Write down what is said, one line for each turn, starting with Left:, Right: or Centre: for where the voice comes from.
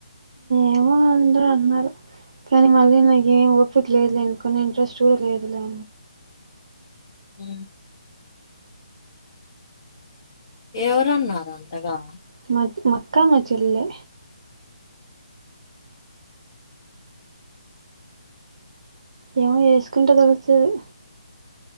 Right: ఏమో అందరు అంటున్నారు కానీ మళ్ళీ నాకు ఏం ఓపిక లేదులేనుకున్ని ఇంట్రెస్ట్ కూడా లేదులే
Left: హ ఎవరున్నారు అంతగా
Right: మ మక్కా మచ్చల్లే ఏమో వేసుకుంటే తెలుస్తది